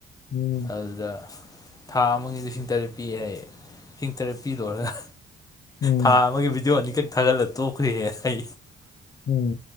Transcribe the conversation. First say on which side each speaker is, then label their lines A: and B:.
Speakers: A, on the left; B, on the left.
A: ꯎꯝ
B: ꯑꯗꯨꯗ ꯊꯥ ꯑꯃꯒꯤꯗꯤ ꯂꯤꯁꯤꯡ ꯇꯔꯦꯠ ꯄꯤ ꯌꯥ ꯂꯤꯁꯤꯡ ꯇꯔꯦꯠ ꯍꯥꯄꯤ ꯂꯣꯏꯔꯒ
A: ꯎꯝ
B: ꯊꯥ ꯑꯃꯒꯤ ꯚꯤꯗꯤꯑꯣ ꯑꯅꯤꯈꯛ ꯊꯥꯒꯠꯂꯛꯇꯣ ꯀꯨꯏꯦ ꯍꯥꯏ
A: ꯎꯝ